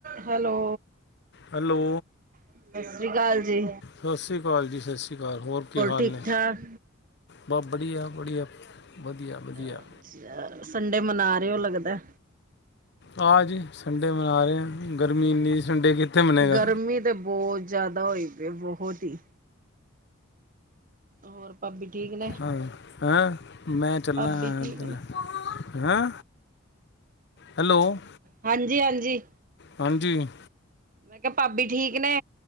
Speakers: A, on the right (about 40°); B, on the left (about 55°).
A: Hello.
B: Hello.
A: ਸਤਿ ਸ੍ਰੀ ਅਕਾਲ ਜੀ
B: ਸਸ਼ ਰੀ ਕਾਲ ਜੀ, ਸਸ ਰੀ ਕਾਲ, ਹੋਰ ਕੀ ਹਾਲ
A: ਠੀਕ
B: ਨੇ।
A: ਠਾਕ
B: ਬਸ ਵਡੀਆ ਐ ਵਡੀਆ, ਵਧੀਆ। ਵਧੀਆ
A: ਅ ਚਲ, ਸੰਡੇ ਮਨਾ ਰਹੇ ਹੋ ਲੱਗਦਾ।
B: ਹਾਂਜੀ, ਸੰਡੇ ਮਨਾ ਰਹੇ ਹਾਂ। ਗਰਮੀ ਇੰਨੀ ਸੰਡੇ ਕਿੱਥੇ ਮਨੇਗਾ
A: ਗਰਮੀ ਤੇ ਬਹੁਤ ਜ਼ਿਆਦਾ ਹੋਈ ਪਈ, ਬਹੁਤ ਹੀ। ਹੋਰ ਭਾਬੀ ਠੀਕ ਨੇ
B: ਹ ਹੈਂ ਮੈਂ ਚੱਲਣਾ
A: ਭਾਬੀ
B: ਯਾਰ
A: ਠੀਕ
B: ਏਧਰ।
A: ਨੇ
B: ਹੈਂ, ਹੈਲੋ।
A: ਹਾਂਜੀ- ਹਾਂਜੀ।
B: ਹਾਂਜੀ।
A: ਮੈਂ ਕਿਹਾ ਭਾਬੀ ਠੀਕ ਨੇ।